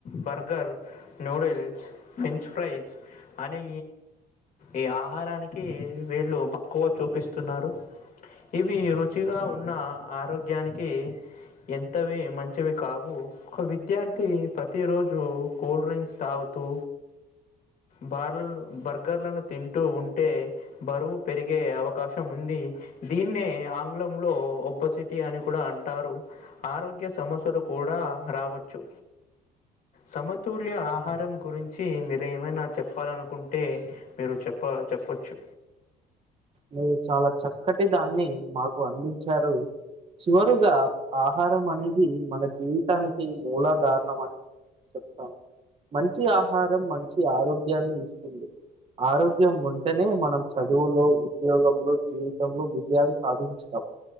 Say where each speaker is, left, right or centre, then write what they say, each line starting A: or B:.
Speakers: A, on the left; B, on the right.
A: burger burger noodles French fries అనే ఈ ఆహారాని కి వీళ్ళు మక్కువ చూపిస్తున్నారు ఇవి రుచిగా ఉన్న ఆరోగ్యానికి ఎంతవి మంచివి కావు ఒక విద్యార్థి ప్రతిరోజు కూల్డ్రింక్స్ తాగుతూ బార్ బర్గర్లను తింటూ ఉంటే బరువు పెరిగే అవకాశం ఉంది దీన్నే ఆంగ్లంలో ఒబ్బసిటీ అని కూడా అంటారు ఆరోగ్య సమస్యలు కూడా రావచ్చు సమతుల్య ఆహారం గురించి మీరేమైనా చెప్పాలనుకుంటే మీరు చెప్ప చెప్పచ్చు
B: మీరు చాలా చక్కటి దాన్ని మాకు అందించారు చివరుగా ఆహారం అనేది మన జీవితానికి మూలధారణం అని చెప్తాను మంచి ఆహారం మంచి ఆరోగ్యాన్ని ఇస్తుంది ఆరోగ్యం ఉంటేనే మనం చదువులో ఉద్యోగంలో జీవితంలో విజయాన్ని సాధించటం